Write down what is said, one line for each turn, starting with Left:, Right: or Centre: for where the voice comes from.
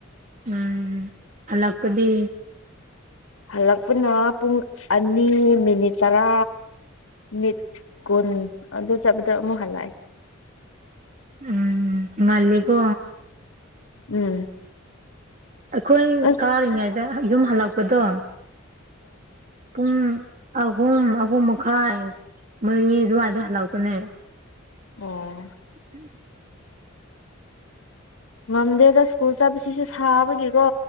Right: ꯎꯝ ꯍꯜꯂꯛꯄꯗꯤ
Left: ꯍꯜꯂꯛꯄꯅ ꯄꯨꯡ ꯑꯅꯤ ꯃꯤꯅꯤꯠ ꯇꯔꯥ ꯅꯤꯠ ꯀꯨꯟ ꯑꯗꯨ ꯆꯠꯄꯗ ꯑꯃꯨꯛ ꯍꯜꯂꯛꯑꯦ
Right: ꯎꯝ ꯉꯜꯂꯤꯀꯣ
Left: ꯎꯝ
Right: ꯑꯩꯈꯣꯏ
Left: ꯑꯁ
Right: ꯀꯥꯔꯤꯉꯩꯗ ꯌꯨꯝ ꯍꯜꯂꯛꯄꯗꯣ ꯄꯨꯡ ꯑꯍꯨꯝ ꯑꯍꯨꯝ ꯃꯛ ꯈꯥꯏ ꯃꯔꯤ ꯑꯗꯨꯋꯥꯏꯗ ꯍꯜꯂꯛꯄꯅꯦ
Left: ꯑꯣ
Right: <inaudible>
Left: ꯉꯝꯗꯦꯗ ꯁ꯭ꯀꯨꯜ ꯆꯠꯄꯕꯁꯤꯁꯨ ꯁꯥꯕꯒꯤꯀꯣ